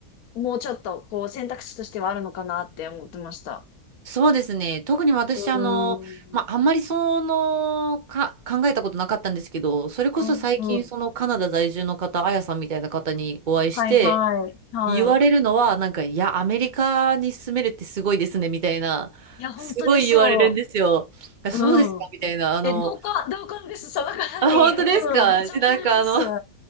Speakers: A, on the left; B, on the right.
A: もうちょっとこう選択肢としてはあるのかなって思ってました。
B: そうですね。特に私、
A: うーん。
B: あの、まあ、あんまりその、か、考えたことなかったんですけど、それこそ最近、
A: うんうん。
B: そのカナダ在住の方、あやさんみたいな方にお会いして、
A: はいはい。はい。
B: 言われるのは、なんか、いや、アメリカに住めるってすごいですね、みたいな、
A: いや、本当にそ
B: すごい言われるんですよ。あそうですか、
A: う。うん。
B: みたいな、あの、
A: え、同感、同感です。その方に。
B: あ、本当ですかで、
A: うん。めっちゃ思います。
B: なんか、あの、